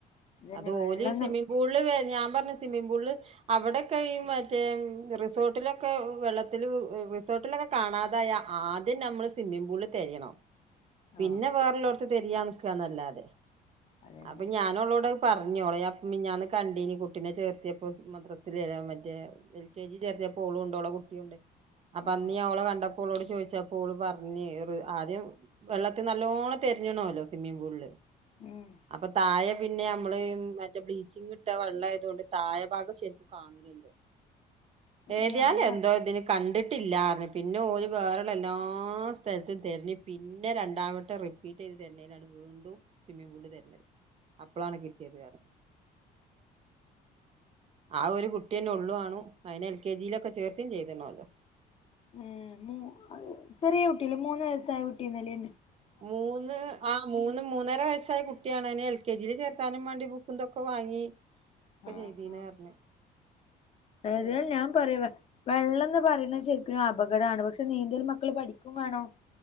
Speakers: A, on the left; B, on the right.
A: അതന്നെ
B: അത്
A: വെള്ളന്ന്
B: ഓല് സ്വിമ്മിംഗ് പൂൾല് വേ ഞാംപറഞ്ഞ് സ്വിമ്മിഗ് പൂൾല്. അവടക്കെ ഈ മറ്റേ റിസോർട്ടിലൊക്കെ വെള്ളത്തില് റിസോർട്ട്. <unintelligible> ങ്ങളേക്കെ കാണാതായ ആദ്യം നമ്മള് സ്വിമ്മിംഗ് പൂളിൽ തെരേണം. പിന്നെ
A: ആഹ്
B: വേറെള്ളോട്ത്ത് തെരയാ നിക്കാന്നല്ലാതെ
A: അതന്നെ
B: അപ്പൊ ഞാനോളോടത്. പറഞ്ഞോളെ അപ്പ് മിഞ്ഞാന്ന് കണ്ടീനി കുട്ടിനെ ചേർത്തിയപ്പൊ ഉസ് മദ്രസില് ലാ മറ്റേ എൽ കെ ജി ചെർത്തിയപ്പൊ ഓളു ഒണ്ട്‌ ഓളെ കുട്ടീ ഒണ്ട്‌. അപ്പന്ന്
A: ആഹ്
B: ഞാ ഓളെ കണ്ടപ്പോ ഓളോട് ചോയിച്ചപ്പോ ഓള് പറഞ്ഞ് ർ ആദ്യം. വെള്ളത്തി നല്ലോണം തെരഞ്ഞ്ണോലൊ സ്വിമ്മിംഗ് പൂൾല്.
A: ഉം
B: അപ്പൊ തായെ. പിന്നെ അമ്മള് മറ്റേ ബ്ലീച്ചിങ്ങ്ട്ടാ വെള്ളായതോണ്ട് തായെ ഭാഗം ശെരിക്കും കാണൂലല്ലോ. ഏത്യാലും
A: ഏഹ് അങ്ങനെ
B: എന്തോതിന്. കണ്ട്‌ട്ടില്ലാറഞ്ഞ് പിന്നെ ഓല് വേറെള്ള എല്ലാ സ്ഥലത്തും തെരഞ്ഞ് പി പിന്നെ രണ്ടാവട്ടം റിപ്പീറ്റ്ത് തെരഞ്ഞേലാണ് വീണ്ടും സിമ്മിംഗ് പൂള്ൽ തെരഞ്ഞത്. അപ്പളാണ് കിട്ട്യേത് അറഞ് ആ ഒരു കുട്ട്യന്നെള്ളു ആണും. അയിനെ എൽ കെ ജീ ലൊക്കെ ചേർതേം ചെയ്തണ്ണോലൊ.
A: ഉം ചെറിയ കുട്ട്യല്ലെ മൂന്ന് വയസായ കുട്ട്യന്നല്ലെ
B: മൂന്ന് ആ മൂന്ന് മൂന്നര വയസ്സായ കു ട്ട്യാണയ്നെ എൽ കെ ജില് ചേർക്കാനും വേണ്ടി ബുക്കുംതൊക്കെ വാങ്ങി ഒക്കെ
A: ആഹാ
B: ചെയ്തീന്ന് പറഞ്ഞ്
A: ഏത
B: ഏതായാലും
A: ഞാൻ പറയുവെ വെള്ളന്ന് പറയുന്നത് ശരിക്കും ഒരപകടാണ് പക്ഷെ നീന്തല് മക്കള് പഠിക്കും വേണം